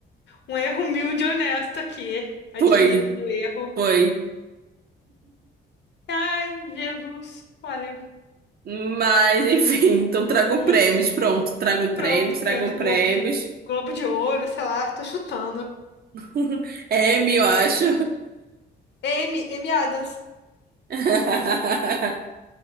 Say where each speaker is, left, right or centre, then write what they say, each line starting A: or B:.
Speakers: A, on the left; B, on the right.
A: um erro humilde e honesto aqui. Admito
B: Foi,
A: meu erro.
B: foi.
A: Ai, Jesus, olha.
B: Mas, enfim, <laughs> então tragam
A: <laughs>
B: prêmios. Pronto, tragam prêmios,
A: Pronto, prêmios
B: tragam prêmios.
A: Globo de Globo de Ouro, sei lá, tô chutando.
B: <laughs> M, eu acho.
A: Amy, Amy Adams.
B: <laughs>